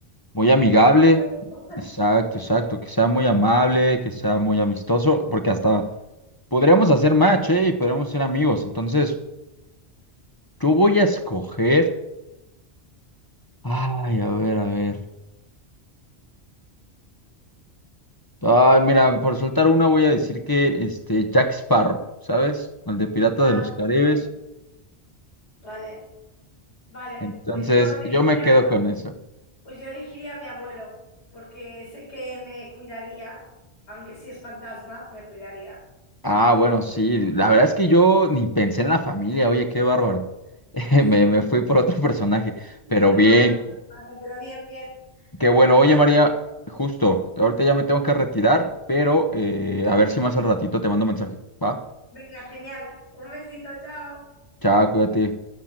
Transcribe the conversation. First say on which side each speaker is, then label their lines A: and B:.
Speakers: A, on the left; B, on the left.
A: muy amigable.
B: Amable. <laughs>
A: Exacto, exacto. Que sea muy amable, que sea muy amistoso, porque hasta podríamos hacer match, ¿eh? Y podríamos ser amigos. Entonces, yo voy a escoger. Ay, a ver, a ver. Ay, mira, por soltar una voy a decir que este Jack Sparrow, ¿sabes? El de Pirata
B: Ah,
A: de los Caribes.
B: sí. vale, vale.
A: Entonces,
B: Pues yo elegiría,
A: yo me quedo con eso.
B: pues yo elegiría a mi abuelo, porque sé que me cuidaría, aunque si es fantasma, me cuidaría.
A: Ah, bueno, sí, la verdad es que yo ni pensé en la familia, oye, qué bárbaro. <laughs>
B: Sí.
A: Me, me fui por otro <laughs> personaje, pero
B: Te puedo
A: bien,
B: contar, pero bien, bien.
A: qué bueno.
B: Pues
A: Oye,
B: nada,
A: María, justo, ahorita ya me tengo que retirar, pero eh, a ver si más al ratito te mando mensaje, ¿va?
B: venga, genial. Un besito, chao.
A: Chao, cuídate.